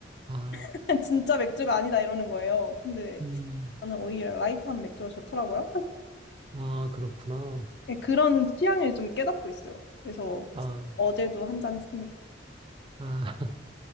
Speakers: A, on the right; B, on the left.
A: 아,
B: <laughs> 진짜 맥주가 아니다 이러는 거예요. 근데
A: 음.
B: 저는 오히려 라이트한 맥주가 좋더라고요.
A: 아, 그렇구나.
B: 네, 그런 취향을 좀 깨닫고 있어요. 그래서
A: 아,
B: 어제도 한 잔 했습니다.
A: 아.